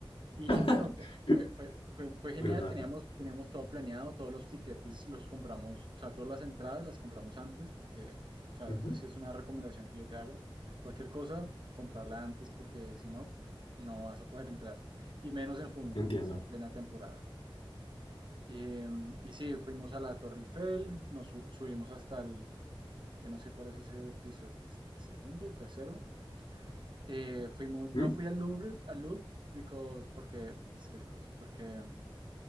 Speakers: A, on the right (about 55°); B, on the left (about 80°).
A: Y
B: <laughs>
A: bueno, fue, fue, fue, fue genial,
B: ¿Verdad?
A: teníamos, teníamos todo planeado, todos los tiquetes los compramos, o sea, todas las entradas las compramos antes, porque, o sea,
B: Ujú,
A: eso sí es una recomendación que yo te hago. Cualquier cosa, comprarla antes, porque si no, no vas a poder entrar. Y menos en junio,
B: Entiendo.
A: que es plena temporada. Eh, y sí, fuimos a la Torre Eiffel, nos su- subimos hasta el, yo no sé cuál es ese piso, el segundo, tercero, eh, fuimos,
B: Ujú,
A: no fui al Louvre, al Louvre, because, porque, es que because, porque